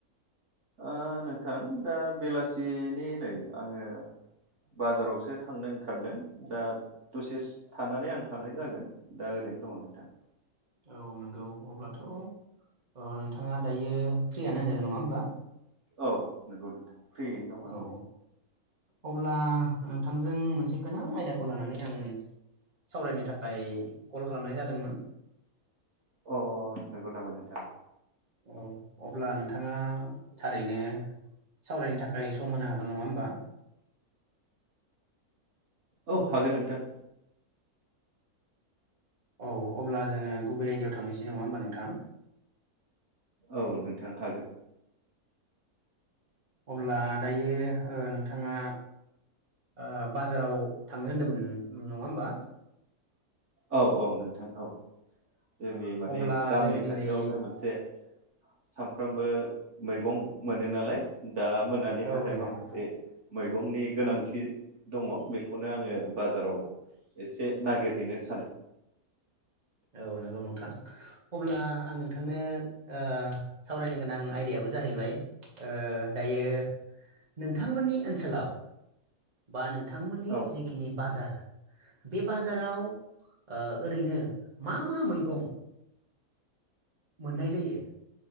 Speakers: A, on the right; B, on the right.
A: ओ नोंथां दा बेलासिनि नै आङो बाजारावसो थांनो ओंखारदों दा दसे थानानै आं थांनाय जागोन दा ओरै <unintelligible>
B: औ नंगौ अब्लाथ'ओ नोंथां। नोंथाङा दायो फ्रियानो होनजागोन नङा होनब्ला।
A: औ नंगौ नोंथां। फ्रियैनो दं आं
B: औ अब्ला नोंथांजों मोनसे गोनां आयदाखौ लानानै आं सावरायनो थाखाय कल खालामनाय जादोंमोन।
A: अ नंगौ नामा नोंथा।
B: औ अब्ला नोंथाङा थारैनो। सावरायनो थाखाय सम होनो हागोन नङा होमबा।
A: औ हागोन नोंथां।
B: औ अब्ला जोङो गुबै आयडायाव थांनोसै नङा होमबा नोंथां।
A: औ नोंथां हागोन।
B: अब्ला दायो ओ नोंथाङा ओ बाजाराव थांनो होन्दोंमोन नङा होमबा।
A: औ औ नोंथां औ। जोंनि माने
B: अब्ला
A: गामि
B: जोङो दिनै
A: खाथियावनो मोनसे सामफ्रामबो मैगं मोनो नालाय दा मोनानि
B: औ
A: थाखाय
B: नोंथां
A: माखासे। मैगंनि गोनांथि दङ बेखौनो आङो बाजाराव एसे नागिरहैनो सानदों।
B: औ नंगौ नोंथां अब्ला आं नोंथांनो ओ सावरायनो गोनां आयदायाबो जाहैबाय ओ दायो नोंथांमोननि ओनसोलाव बा नों थांमोननि
A: औ
B: जिखिनि बाजार बे बाजाराव ओ ओरैनो। मा मा मैगं? मोननाय जायो